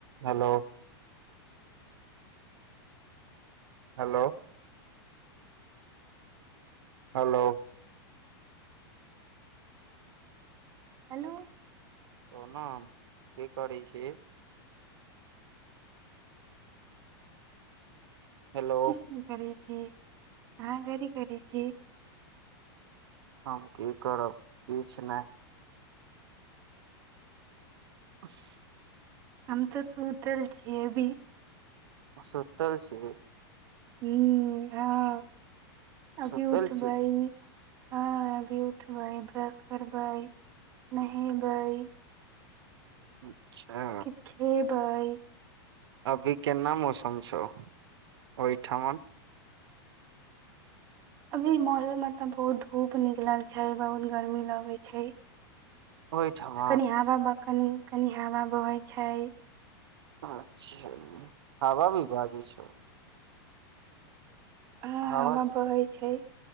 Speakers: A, on the right; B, on the right.
A: Hello hello hello
B: hello
A: <unintelligible> की करैत छी hello
B: किछु नहि करै छी अहाँ कथि करैत छी
A: हम की करब किछु नहि <inaudible>
B: हम तऽ सुतल छियै अभी
A: सुतल छी
B: हू हां
A: सुतल
B: अभी उठबै
A: छी
B: हँ अभी उठबै ब्रश करबै नहेबै
A: अच्छा
B: किछ खेबै
A: अभी केना मौसम छौ ओहिठमन
B: अभी महैल मे तऽ बहुत धूप निकलल छै बहुत गर्मी लगे छै
A: ओहिठाम
B: आ कनि हवा ब कनि कनि हवा बहै छै
A: अच्छा हावा भी भाजी छै
B: ह
A: हवा
B: हावा
A: च-
B: बहै छै